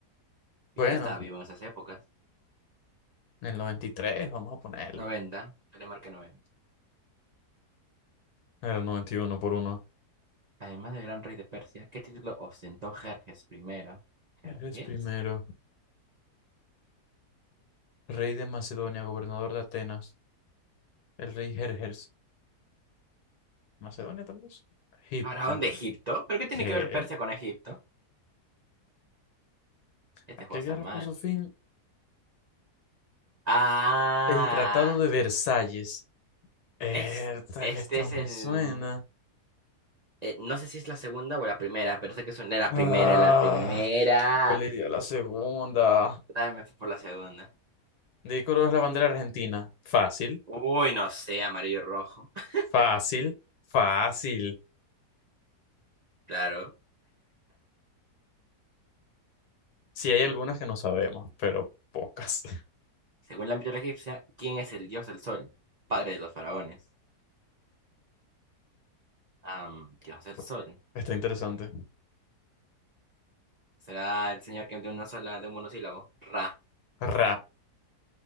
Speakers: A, on the right (about 50°); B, on the left (about 75°).
A: Yo
B: Bueno,
A: no estaba vivo en esas épocas.
B: en el 93 vamos a ponerle.
A: 90. Yo le marqué 90.
B: Era 91 por uno
A: Además del gran rey de Persia, ¿qué título ostentó Jerjes primero? ¿Jerjes?
B: Eres primero. Rey de Macedonia, gobernador de Atenas. El rey Jerjes. ¿Macedonia tal vez? Egipto.
A: ¿Faraón de Egipto? ¿Pero qué tiene
B: ¿Qué?
A: que ver Persia con Egipto? Este
B: ¿A
A: juego
B: qué
A: está
B: guerra
A: mal.
B: puso fin?
A: Ah,
B: El Tratado de Versalles. Eh,
A: es,
B: tal
A: este
B: esta
A: es
B: me
A: el...
B: suena.
A: eh, no sé si es la segunda o la primera, pero sé que es una- la
B: Ah,
A: primera, la primera.
B: yo le di a la segunda.
A: También me fui por la segunda.
B: ¿De qué color es la bandera argentina? Fácil,
A: Uy, no sé, amarillo y rojo. <laughs>
B: fácil, fácil.
A: Claro.
B: Sí hay algunas que no sabemos, pero pocas.
A: Según la mitología egipcia, ¿quién es el dios del sol? Padre de los faraones. Am, dios del
B: <laughs>
A: sol.
B: Está interesante.
A: ¿Será el señor que de una sola, de un monosílabo? Ra.
B: Ra,